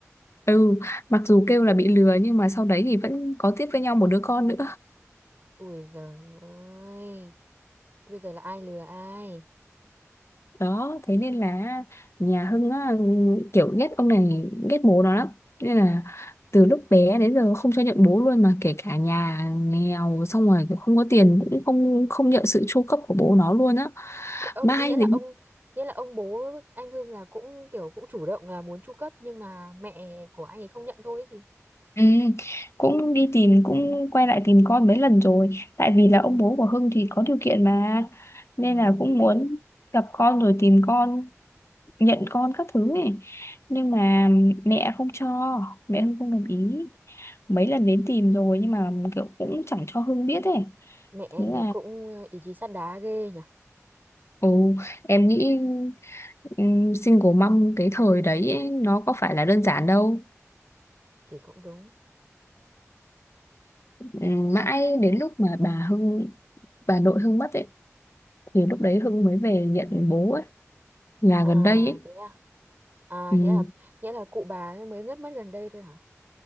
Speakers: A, on the left; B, on the right.
A: ừ mặc dù kêu là bị lừa nhưng mà sau đấy thì vẫn có tiếp với nhau một đứa con nữa
B: ui giời ơi bây giờ là ai lừa ai
A: đó thế nên là nhà Hưng á, kiểu ghét ông này ghét bố nó lắm nên là từ lúc bé đến giờ không cho nhận bố luôn mà kể cả nhà nghèo xong rồi kiểu không có tiền cũng không không nhận sự chu cấp của bố nó luôn á
B: Thế ông
A: mai
B: nghĩa là
A: dính
B: ông nghĩa là ông bố anh Hưng là cũng kiểu cũng chủ động là muốn chu cấp nhưng mà mẹ của anh ấy không nhận thôi ấy gì
A: Ừ, cũng đi tìm cũng quay lại tìm con mấy lần rồi tại vì là ông bố của Hưng thì có điều kiện mà nên
B: ừ.
A: là cũng muốn gặp con rồi tìm con nhận con các thứ ấy nhưng mà mẹ không cho mẹ Hưng không đồng ý mấy lần đến tìm rồi nhưng mà kiểu cũng chẳng cho Hưng biết ấy
B: mẹ anh
A: thế
B: ấy
A: là
B: cũng ờ, ý chí sắt đá ghê nhỉ
A: ồ em nghĩ ừm, single mom cái thời đấy ấy, nó có phải là đơn giản đâu
B: thì cũng đúng
A: Ừm, mãi đến lúc mà bà Hưng bà nội Hưng mất ấy thì lúc đấy Hưng mới về nhận bố ấy là
B: à
A: gần đây ấy
B: thế à à
A: Ừm,
B: nghĩa là nghĩa là cụ bà ấy mới ngất mất gần đây thôi hả